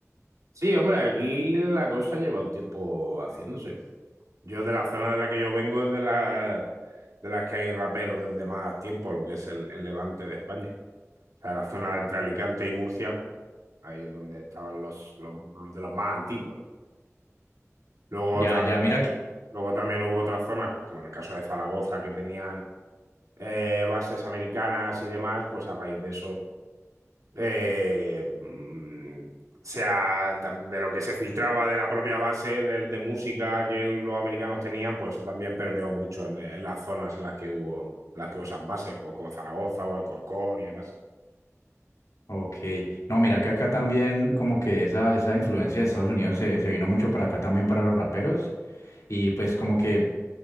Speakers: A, on the right; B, on the left.
A: Sí, hombre, aquí la cosa lleva un tiempo haciéndose. Yo de la zona de la que yo vengo es de, la, de las que hay raperos desde más tiempo, lo que es el, el levante de España. O sea, la zona entre Alicante y Murcia, ahí es donde estaban los, los los de los más antiguos. Luego,
B: Ya,
A: otra,
B: ya, mira que.
A: luego también hubo otras zonas, pues como en el caso de Zaragoza, que tenían eh, bases americanas y demás, pues a raíz de eso, eh, mm, sea tam- de lo que se filtraba de la propia base de, de música que los americanos tenían, pues eso también permeó mucho en, en las zonas en las que hubo, las que hubo esas bases, pues como Zaragoza o Alcorcón y demás.
B: Ok. No, mira que acá también, como que esa, esa influencia de Estados Unidos se, se vino mucho para acá también para los raperos. Y pues como que